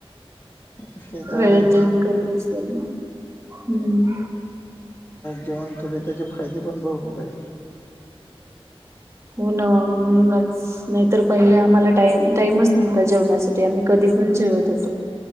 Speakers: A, on the left; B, on the right.
A: ते तर
B: वेळेत
A: आहेच
B: जेवन करीत असतेना हम्म.
A: जेवण केले त्याचे फायदे पण भरपूर आहे.
B: हो ना म्हणूनच. नाहीतर पहिले आम्हालाा टाइमच नव्हता जेवणासाठी आम्ही कधी पण जेवत होतो.